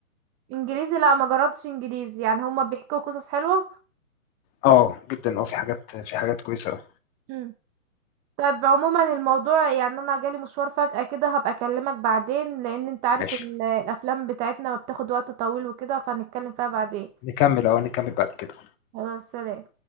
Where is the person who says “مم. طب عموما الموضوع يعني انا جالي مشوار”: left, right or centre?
Right